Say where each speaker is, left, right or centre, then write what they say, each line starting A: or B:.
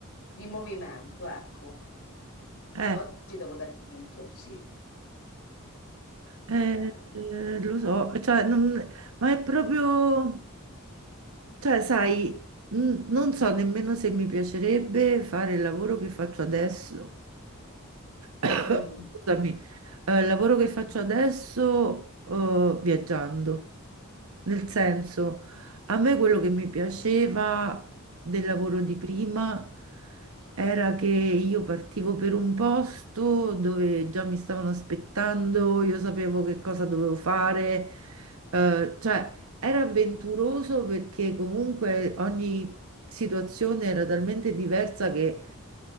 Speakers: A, on the left; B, on the right.
A: di movimento, ecco. Ad
B: eh,
A: oggi devo dare conto, sì.
B: eh,
A: Eh,
B: eh, lo so, cioè, non- ma è proprio, cioè, sai, n- non so nemmeno se mi piacerebbe fare il lavoro che faccio adesso. <coughs>
A: mm.
B: Scusami, eh, il lavoro che faccio adesso, eh, viaggiando. Nel senso, a me quello che mi piaceva del lavoro di prima era che io partivo per un posto dove già mi stavano aspettando, io sapevo che cosa dovevo fare, eh, cioè era avventuroso perché comunque ogni situazione era talmente diversa che